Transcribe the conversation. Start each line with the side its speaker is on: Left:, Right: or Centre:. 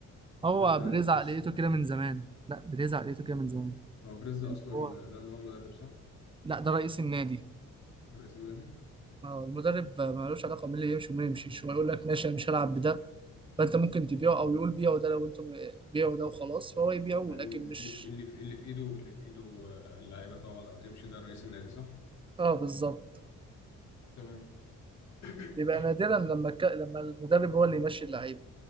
Right: هو
Left: بالنسبه
Right: بريز
Left: يعني للناس
Right: عقليته كده من زمان لا بريز عقليته كده من زمان
Left: هو بريز ده
Right: يعني
Left: اصلا
Right: هو
Left: ده اللي هو مدرب صح؟
Right: لا ده رئيس النادي
Left: ده رئيس النادي
Right: آه، المدرب آه، ملوش علاقه مين اللي يمشي ومين اللي يمشيش هو يقول لك ماشي انا مش هلعب بده فانت ممكن تبيعه او يقول بيعه ده لو انتم بيعه ده وخلاص فهو يبيعه
Left: يعني
Right: لكن
Left: اللي
Right: مش
Left: في اللي في اللي في ايده اللي في ايده آه، اللعيبه تقعد او تمشي ده رئيس النادي صح؟
Right: اه بالظبط
Left: تمام <clears throat>
Right: بيبقى نادرا لما ك... لما المدرب هو اللي يمشي اللعيبه